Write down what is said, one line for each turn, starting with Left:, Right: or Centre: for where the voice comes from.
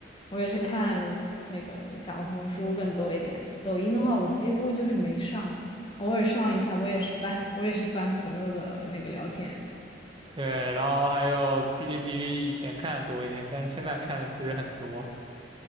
Left: 我也是看那个小红书更多一点，抖音的话我几乎就是没上，偶尔上一下，我也是翻，<laughs> 我也是翻朋友的那个聊天。
Right: 对，然后还有哔哩哔哩，以前看的多一点，但是现在看的不是很多。